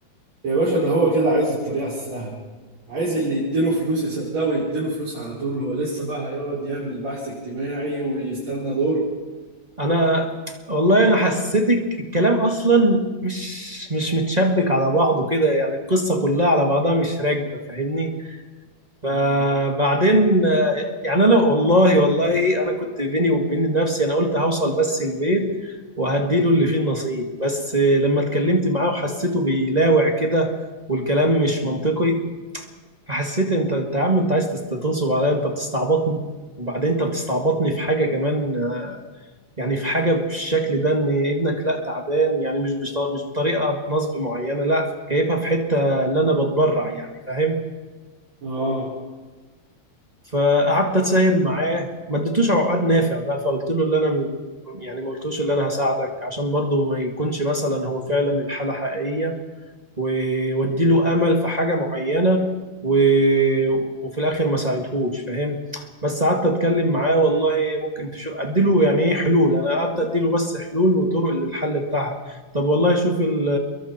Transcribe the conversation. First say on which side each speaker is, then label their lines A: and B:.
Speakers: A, on the right; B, on the right.
A: يا باشا ده هو كده عايز الطريقة السهلة عايز اللي يديله فلوس يصدقه ويديله فلوس على طول هو لسه بقى هيقعد يعمل بحث اجتماعي ويستنى دور
B: انا والله انا حسيتك الكلام اصلا مش مش متشبك على بعضه كده يعني القصة كلها على بعضها مش راكبة فاهمني
A: مم.
B: فبعدين آه، يعني انا والله والله انا كنت بيني وبين نفسي انا قلت هوصل بس البيت وهديله اللي فيه النصيب بس آه، لما اتكلمت معاه وحسيته بيلاوع كده والكلام مش منطقي فحسيت انت انت يا عم انت عايز تست- تنصب عليا انت بتستعبطني وبعدين انت بتستعبطني في حاجه كمان آه، يعني في حاجه بالشكل ده ان ابنك لا تعبان يعني مش بش- مش بطريقه نصب معينه لا جايبها في حته اللي انا بتبرع يعني فاهم
A: اه
B: فقعدت اتساهر معاه ما اديتوش عقد نافع بقى فقلت له اللي انا م- يعني ما قلتوش اللي انا هساعدك عشان برضه ما يكونش مثلا هو فعلا الحالة حقيقية وودي له امل في حاجه معينه و... وفي الاخر ما ساعدهوش فاهم بس قعدت اتكلم معاه والله ممكن تشوف ادي له يعني ايه حلول انا قعدت ادي له بس حلول وطرق للحل بتاعها طب والله شوف ال-